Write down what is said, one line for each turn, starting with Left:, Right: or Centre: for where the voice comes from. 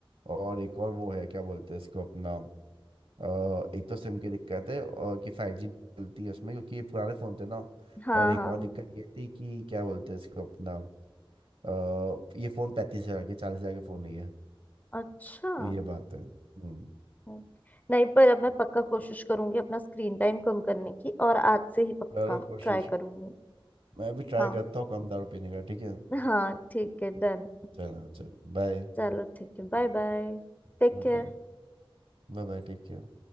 Right: और एक और वो है क्या बोलते हैं इसको अपना अ, एक तो सिम की दिक्कत है और कि फाइव जी चलती है उसमें क्योंकि ये पुराने फ़ोन थे ना
Left: हाँ
Right: और एक
Left: हाँ
Right: और दिक्कत ये थी कि क्या बोलते हैं इसको अपना अ, ये फ़ोन पैंतीस हज़ार के चालीस हज़ार के फ़ोन नहीं है
Left: अच्छा
Right: तो ये बात है हम्म
Left: हम्म। नहीं पर अब मैं पक्का कोशिश करूंगी अपना स्क्रीन टाइम कम करने की और आज से ही पक्का
Right: करो कोशिश
Left: ट्राई करूंगी
Right: मैं भी ट्राई
Left: हाँ
Right: करता हूँ कम दारू पीने का ठीक है
Left: हाँ ठीक है डन
Right: चल हाँ चल bye
Left: चलो ठीक है बाय बाय Take
Right: Bye
Left: care
Right: bye bye take care